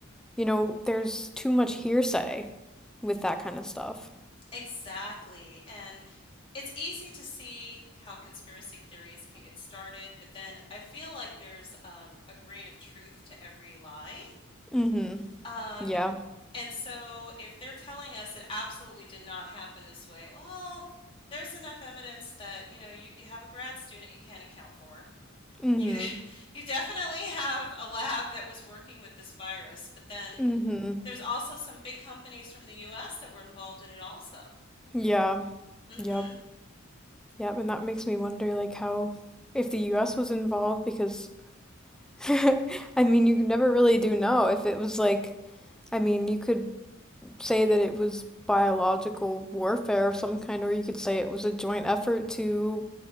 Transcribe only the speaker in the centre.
you know, there's too much hearsay with that kind of stuff.
Mm-hmm.
Yeah.
Mm-hmm.
Mm-hmm.
Yeah.
Yep. Yep. And that makes me wonder, like, how if the US was involved, because <laughs> I mean, you never really do know if it was like, I mean, you could say that it was biological warfare of some kind, or you could say it was a joint effort to,